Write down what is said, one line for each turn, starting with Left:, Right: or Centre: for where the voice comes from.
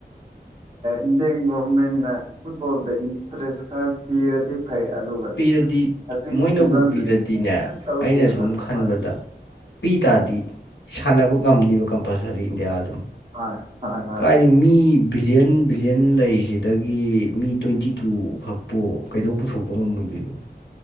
Right: ꯏꯟꯗꯤꯌꯥꯒꯤ ꯒꯣꯕꯔꯃꯦꯟꯅ ꯐꯨꯠꯕꯣꯜꯗ ꯏꯟꯇ꯭ꯔꯦꯁ ꯀꯥ ꯄꯤꯔꯗꯤ ꯐꯩ ꯑꯗꯨꯒ
Left: ꯄꯤꯔꯗꯤ
Right: ꯍꯧꯖꯤꯛꯀꯤ
Left: ꯃꯣꯏꯅꯕꯨ
Right: ꯐꯤꯕꯝꯗ
Left: ꯄꯤꯔꯗꯤꯅꯦ
Right: ꯀꯩꯝ ꯇꯧꯗꯦꯕ
Left: ꯑꯩꯅ ꯁꯨꯝ ꯈꯟꯕꯗ,
Right: ꯍꯣꯏ
Left: ꯄꯤ ꯇꯥꯔꯗꯤ ꯁꯥꯟꯅꯕ ꯉꯝꯅꯤꯕ ꯀꯝꯄꯜꯁꯔꯤ ꯏꯟꯗꯤꯌꯥ ꯑꯗꯨꯝ꯫
Right: ꯍꯣꯏ ꯍꯣꯏ ꯍꯣꯏ꯫
Left: ꯀꯥꯏꯗꯒꯤ ꯃꯤ ꯕꯤꯂꯤꯌꯟ ꯕꯤꯂꯤꯌꯟ ꯂꯩꯁꯤꯗꯒꯤ ꯃꯤ ꯇ꯭ꯋꯦꯟꯇꯤ ꯇꯨ ꯈꯛꯄꯨ ꯀꯩꯗꯧ ꯄꯨꯊꯣꯛ ꯄꯣꯉꯝ ꯃꫭꯏꯗꯩꯅꫭ